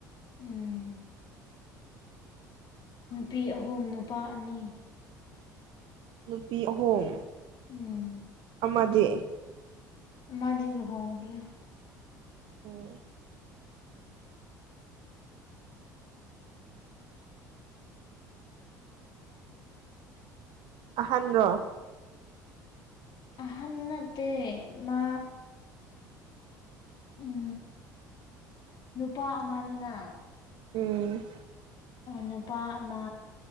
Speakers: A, on the left; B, on the right.
A: ꯎꯝ ꯅꯨꯄꯤ ꯑꯍꯨꯝ ꯅꯨꯄꯥ ꯑꯅꯤ
B: ꯅꯨꯄꯤ ꯑꯍꯨꯝ
A: ꯎꯝ
B: ꯑꯃꯗꯤ
A: ꯃꯥꯗꯤ ꯂꯨꯍꯣꯡꯒꯔꯦ
B: ꯑꯣ ꯑꯍꯥꯟꯔꯣ
A: ꯑꯍꯟꯅꯠꯇ ꯃꯥ ꯎꯝ ꯅꯨꯄꯥ ꯑꯃꯅꯤꯅꯤꯅ
B: ꯎꯝ
A: ꯅꯨꯄꯥ ꯑꯃ